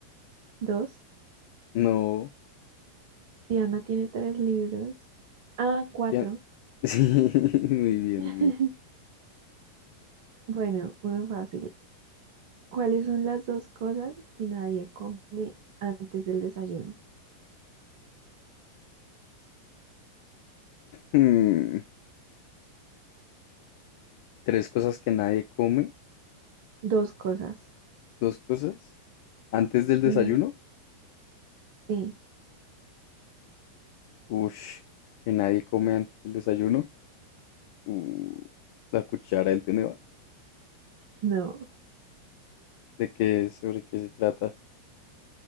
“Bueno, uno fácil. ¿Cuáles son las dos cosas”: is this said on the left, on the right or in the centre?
Right